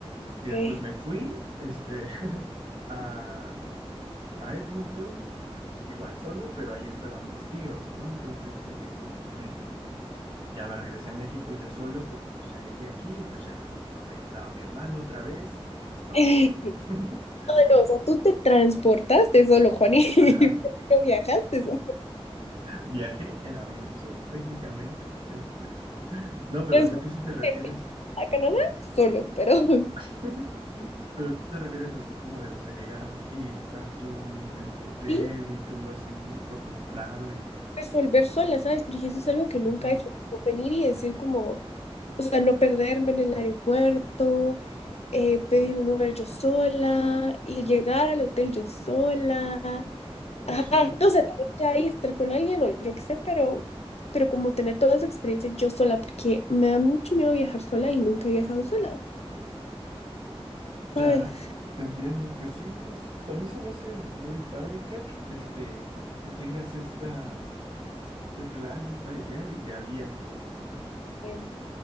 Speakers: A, on the left (about 80°); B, on the right (about 50°).
A: okay
B: Y después me fui, este, a, a Edmonton, igual solo, pero ahí estaban mis tíos, ¿no? Entonces llegué como con ellos. Ya me regresé a México yo solo, pero pues ya llegué aquí y pues ya ahí estaba mi hermano otra vez y
A: <laughs>
B: todo,
A: Ay,
B: ¿no? <laughs>
A: no, o sea, tú te transportaste solo, Juan, y <laughs>
B: Ajá.
A: no viajaste solo.
B: Viajé en avión solo, técnicamente. este, No, pero
A: Te fuiste
B: o sea, tú sí te refieres,
A: a Canadá solo, pero <laughs>
B: <laughs> pero tú te refieres así como de, o sea, llegar y estar tú en tu hotel
A: sí
B: y tú así por tu lado y...
A: resolver sola, ¿sabes? Porque eso es algo que nunca
B: Ujú.
A: he hecho, como venir y decir como, o sea, no perderme en el aeropuerto, eh, pedir un Uber yo sola y llegar al hotel yo sola. Ajá,
B: Sí, sí.
A: no sé, tal vez ya ahí estar con alguien o yo qué sé, pero, pero como tener toda esa experiencia yo sola, porque me da mucho miedo viajar sola y nunca he viajado sola, ¿sabes?
B: Ya, te entiendo. Pues sí, es, a mí se me hace muy padre, Kat, este, que tengas esta, este plan, esta idea y te aliento, ¿no? Te-
A: Em,